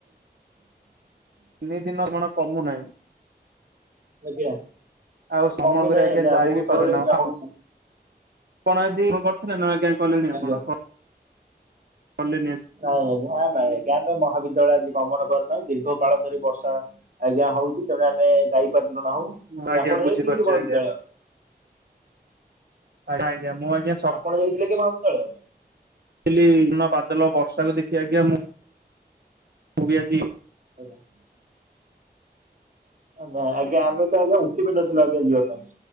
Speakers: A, on the right; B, on the right.
A: <inaudible>
B: ତିନି ଦିନ କଣ କମୁ ନାହିଁ।
A: ଆଜ୍ଞା।
B: ଆଉ ସମୟ
A: କମି
B: କରି
A: ନାହିଁ
B: ଆଜ୍ଞା ଯାଇ
A: ବହୁତ
B: ବି
A: ଜୋରରେ
B: ପାରୁନା
A: ଆଜ୍ଞା
B: ଆପଣ
A: ହଉଛି
B: କଣ ଆଜି କରିଥିଲେ ନା ଆଜ୍ଞା? କଲେଣି ଆପଣ
A: ଆଜ୍ଞା।
B: କଲେଣି ଆଜି
A: ନାଇଁ ଆଜ୍ଞା ନାଇଁ ଆଜ୍ଞା ମୁଁ ମହାବିଦ୍ୟାଳୟ ଆଜି ଗମନ କରି ନାହିଁ ଦୀର୍ଘ କାଳ ଧରି ବର୍ଷା ଆଜ୍ଞା ହଉଛି ତେଣୁ ଆମେ ଯାଇପାରିନ ନାହୁଁ
B: ମୁଁ ଆଜ୍ଞା
A: ଏ ଆପଣ
B: ବୁଝିପାରୁଛି
A: ଯାଇଥିଲେ କି ମହାବିଦ୍ୟାଳୟ?
B: ଆଜ୍ଞା ଆଜ୍ଞା ମୁଁ ଆଜ୍ଞା
A: ଆପଣ ଯାଇଥିଲେ କି ମହାବିଦ୍ୟାଳୟ?
B: ଥିଲି ବାଦଲ ବର୍ଷାକୁ ଦେଖି ଆଜ୍ଞା ମୁଁ ମୁ ବି ଆଜି
A: ହଇରାଣ ନଁ ଆଜ୍ଞା ଆମେ ତ ଆଜ୍ଞା ଉଠିିବି ନଥିଲୁ ଆଜ୍ଞା ଯିବା ପାଇଁ